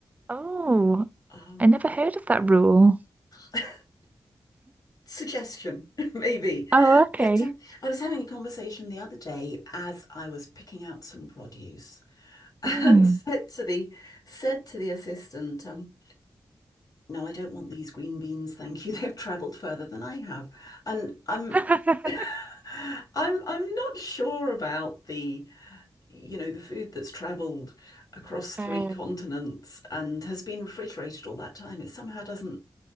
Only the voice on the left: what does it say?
Um,
<laughs> suggestion, <laughs> maybe.
But um, I was having a conversation the other day as I was picking out some produce and
<laughs> said to the said to the assistant, um, "No, I don't want these green beans, thank you. <laughs> They've travelled further than I have." And I'm
<laughs> I'm I'm not sure about the you know the food that's travelled across three
continents and has been refrigerated all that time. It somehow doesn't